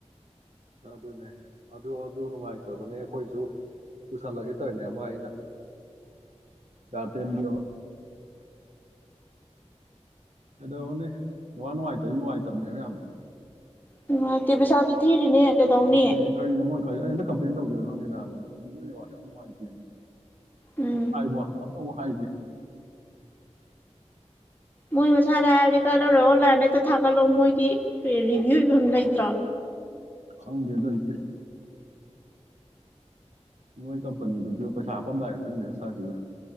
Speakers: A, on the right; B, on the left.
A: ꯑꯗꯨꯅꯦ ꯑꯗꯨ ꯑꯗꯨ ꯅꯨꯡꯉꯥꯏꯇꯕꯅꯦ ꯑꯩꯈꯣꯏꯁꯨ ꯄꯨꯁꯜꯂꯒꯦ ꯇꯧꯔꯤꯅꯦ ꯑꯃ ꯑꯩꯅ ꯆꯥꯔꯇꯦꯝꯦꯝꯕꯤꯣ ꯀꯩꯗꯧꯔꯅꯤ ꯅꯨꯋꯥ ꯅꯨꯡꯉꯥꯏꯇꯗꯤ ꯅꯨꯡꯉꯥꯏꯇꯕꯅꯦꯕ ꯌꯥꯝꯌꯥꯝ
B: <inaudible> ꯀꯩꯗꯧꯅꯤ
A: ꯅꯦꯠꯋꯥꯛꯅꯦꯅ ꯀꯔꯤꯅꯣ ꯃꯣꯏ ꯈꯜꯂꯤꯗꯣ ꯑꯩ ꯍꯟꯗꯛ ꯀꯝꯄ꯭ꯂꯦꯟ ꯇꯧꯖꯤꯔꯥ ꯈꯪꯗꯦꯅꯕ ꯍꯥꯏꯕ ꯃꯣꯏ ꯅꯣꯏꯅꯦ ꯌꯥꯝ ꯅꯨꯡꯉꯥꯏꯇꯦꯅ
B: ꯎꯝ
A: ꯍꯥꯏꯕ ꯍꯟꯗꯛꯃꯨꯛ ꯍꯥꯏꯖꯤ
B: ꯃꯣꯏ ꯃꯁꯥꯗ ꯍꯥꯏꯕꯗꯤ ꯀꯥꯟꯅꯔꯣꯏ ꯑꯣꯟ ꯂꯥꯏꯟꯗ ꯍꯦꯛꯇ ꯊꯥꯒꯠꯂꯣ ꯃꯣꯏꯒꯤ ꯔꯤꯕꯤ꯭ꯌꯨ ꯏꯕꯝ ꯂꯩꯇ꯭ꯔꯥ
A: ꯈꯪꯗꯦ ꯂꯩꯇꯦ ꯃꯣꯏ ꯀꯝꯄꯅꯤꯗꯨꯖꯨ ꯄꯩꯁꯥ ꯍꯥꯞꯄꯝꯗꯥꯏ ꯈꯛꯇꯪ ꯃꯦꯁꯦꯁ ꯊꯔꯛꯇꯣꯏꯗꯨꯖꯨ